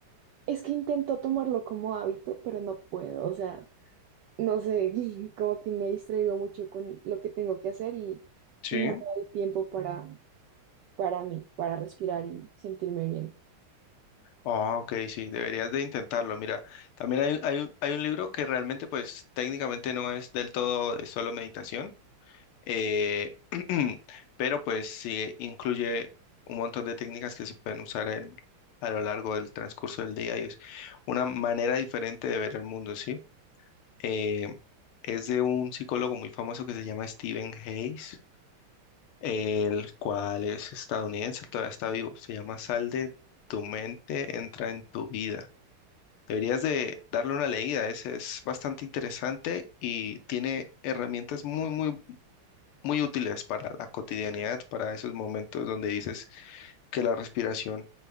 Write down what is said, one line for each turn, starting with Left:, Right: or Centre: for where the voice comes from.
Right: es que intento tomarlo como hábito, pero no puedo. O sea, no sé, <laughs> como que me distraigo mucho con lo que tengo que hacer y,
Left: Sí.
Right: y no me doy tiempo para, para mí, para respirar y sentirme bien.
Left: Ah, ok, sí, deberías de intentarlo. Mira, también hay, hay, un hay un libro que realmente, pues, técnicamente no es del todo de solo meditación, eh, <clears throat> pero pues sí incluye un montón de técnicas que se pueden usar en- a lo largo del transcurso del día y es una manera diferente de ver el mundo, ¿sí? Eh, es de un psicólogo muy famoso que se llama Stephen Hayes, el cual es estadounidense, todavía está vivo. Se llama Sal de tu mente, entra en tu vida. Deberías de darle una leída, es, es bastante interesante y tiene herramientas muy, muy, muy útiles para la cotidianidad, para esos momentos donde dices que la respiración